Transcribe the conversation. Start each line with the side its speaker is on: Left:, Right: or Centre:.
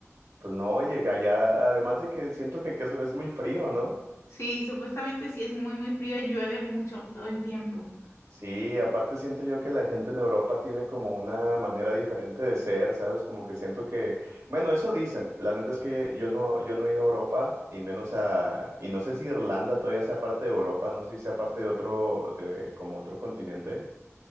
Right: pues no, oye, que allá, además de que siento que, que es, es muy frío, ¿no?
Left: Sí, supuestamente sí es muy, muy frío y llueve mucho todo el tiempo.
Right: Sí, aparte siento yo que la gente en Europa tiene como una manera diferente de ser, ¿sabes? Como que siento que, bueno, eso dicen. La neta es que yo no, yo no he ido a Europa y menos a, y no sé si Irlanda todavía sea parte de Europa, no sé si sea parte de otro, de como otro continente,